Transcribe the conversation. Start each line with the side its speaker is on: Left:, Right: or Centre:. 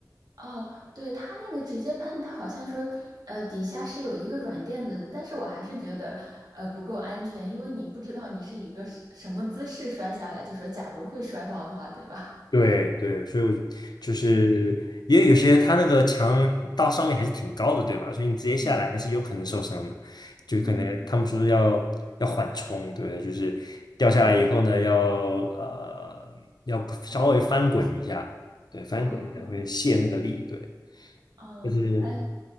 Right: 哦，对，它那个直接喷，它好像说，呃，底下是有一个软垫子的，但是我还是觉得，呃，不够安全，因为你不知道你是以一个什什么姿势摔下来，就说假如会摔到的话，对吧？
Left: 对对，所以我就是因为有些它那个墙到上面还是挺高的，
Right: 嗯，
Left: 对吧？所以你直接下来还是有可能受伤的，
Right: <laughs> 对，
Left: 就可能他们说要要缓冲，
Right: 嗯
Left: 对不对？就是掉下来以后呢，
Right: 嗯
Left: 要呃要稍微翻滚一下，
Right: 嗯，
Left: 对，翻滚一下会泄那个力，
Right: 哦，
Left: 对。
Right: 嗯，
Left: 就是。
Right: 哎，